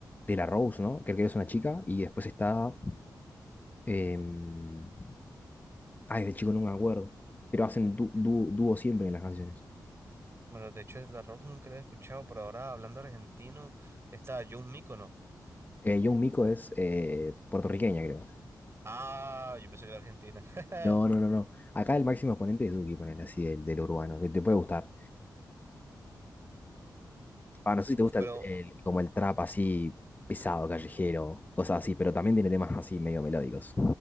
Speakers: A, on the left; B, on the right.
A: De La Rose, ¿no? Que creo que es una chica. Y después está. em, ay, de chico no me acuerdo. Pero hacen dú- dú- dúo siempre en las canciones.
B: Bueno, de hecho, la Rock nunca la he escuchado, pero ahora hablando argentino, está Jun Mícono.
A: Eh, Young Miko es eh, puertorriqueña, creo.
B: Ah, yo pensé que era Argentina. <laughs>
A: No, no, no, no. Acá el máximo exponente es Duki, ponele así, del, del urbano, que te puede gustar. Ah, no sé
B: Uf,
A: si te gusta
B: pero,
A: el, el- como el trap así pesado, callejero, cosas así, pero también tiene temas así medio melódicos,